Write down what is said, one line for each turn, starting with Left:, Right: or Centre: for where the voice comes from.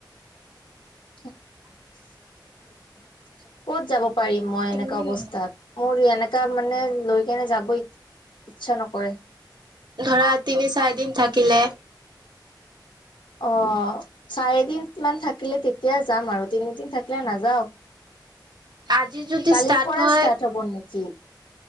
Left: ক'ত যাব পাৰিম মই
Right: ধৰা
Left: এনেকা অৱস্থাত। মোৰ এনেকা মানে লৈ কেনে যাব ইচ্ছা নকৰে।
Right: ধৰা তিনি চাৰি দিন থাকিলে।
Left: অ' চাৰিদিন মান থাকিলে তেতিয়া যাম আৰু তিনিদিন থাকিলে নাযাও।
Right: আজি যদি
Left: কালিৰ
Right: ষ্টাৰ্ট
Left: পৰা
Right: হয়
Left: ষ্টাৰ্ট হব নেকি?